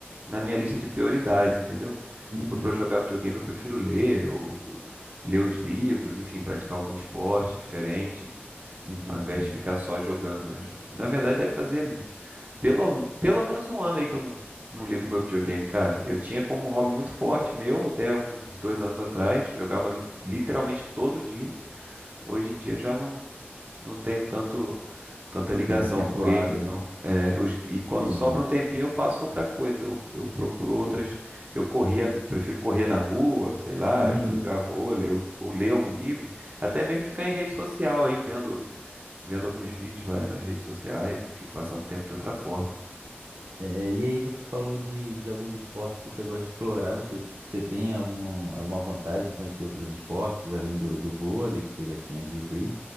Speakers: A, on the right; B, on the right.
A: na minha lista de prioridades, entendeu?
B: Uhum.
A: Se for pra jogar videogame, eu prefiro ler ou ler os livros, enfim, praticar algum esporte diferente,
B: Entendi.
A: ao invés de ficar só jogando, né? Na verdade, deve fazer pelo, pelo menos um ano aí que eu não, não ligo meu videogame, cara. Eu tinha como um hobby muito forte meu até uns dois anos atrás, jogava literalmente todo dia. Hoje em dia eu já não, não tenho tanto tanta ligação
B: Tanto tempo
A: com games,
B: hábil, né?
A: não. É, os, e quando
B: Entendi.
A: sobra um tempinho eu faço outra coisa. Eu, eu procuro outras. Eu corria, prefiro correr na rua, sei lá,
B: Uhum.
A: jogar vôlei ou, ou ler algum livro. Até mesmo ficar em rede social aí, vendo, vendo alguns vídeos lá nas redes sociais, enfim, passando tempo de outra forma.
B: É, e aí você falou de, de alguns esportes que você gosta de explorar. Você, você tem alguma, alguma vontade de conhecer outros esportes, além do, do vôlei, que você já tinha dito aí?